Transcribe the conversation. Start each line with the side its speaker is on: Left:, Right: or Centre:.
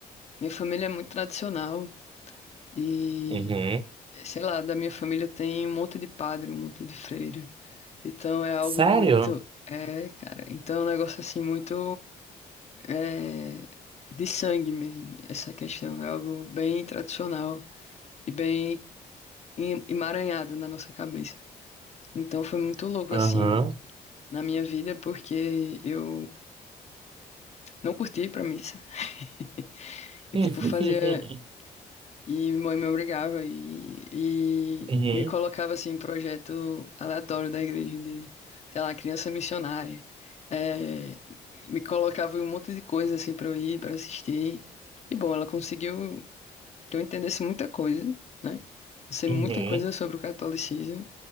Left: minha família é muito tradicional e,
Right: Uhum.
Left: sei lá, da minha família tem um monte de padre, um monte de freira. Então é algo
Right: Sério?
Left: muito. É, cara. Então é um negócio assim muito. É, de sangue mesmo. Essa questão é algo bem tradicional e bem em- emaranhado na nossa cabeça. Então foi muito louco
Right: Aham.
Left: assim na minha vida, porque eu Não curti ir pra missa. <laughs> E,
Right: <laughs>
Left: tipo, fazia. E mãe me obrigava e, e
Right: Uhum.
Left: me colocava, assim, em projeto aleatório da igreja de, sei lá, criança missionária. É, me colocava em um monte de coisa, assim, pra eu ir, pra assistir. E, bom, ela conseguiu que eu entendesse muita coisa, né? Eu sei
Right: Uhum.
Left: muita coisa sobre o catolicismo.